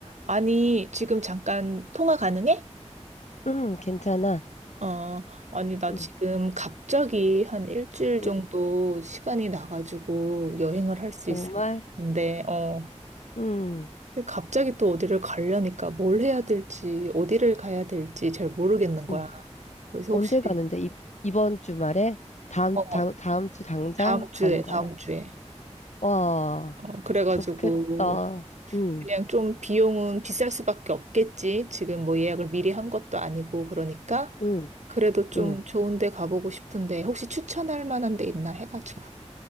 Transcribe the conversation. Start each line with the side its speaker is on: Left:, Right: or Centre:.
Right: 아니, 지금 잠깐 통화 가능해?
Left: 응, 괜찮아.
Right: 어, 아니, 나
Left: 응,
Right: 지금 갑자기
Left: 응.
Right: 한 일주일 정도
Left: 응.
Right: 시간이 나가지고 여행을 할 수
Left: 정말?
Right: 있을 것 같은데, 어,
Left: 응,
Right: 근데 갑자기 또 어디를 가려니까 뭘 해야 될지, 어디를 가야 될지 잘 모르겠는 거야.
Left: 응.
Right: 그래서
Left: 언제
Right: 혹시,
Left: 가는데? 이, 이번 주말에? 다음,
Right: 어,
Left: 다음, 다음 주 당장
Right: 다음 주에,
Left: 가는 거야?
Right: 다음 주에.
Left: 와,
Right: 어, 그래가지고
Left: 좋겠다. 응,
Right: 그냥 좀 비용은 비쌀 수밖에 없겠지. 지금 뭐 예약을 미리 한 것도 아니고 그러니까
Left: 응,
Right: 그래도 좀
Left: 응.
Right: 좋은 데 가보고 싶은데 혹시 추천할 만한 데 있나 해가지고.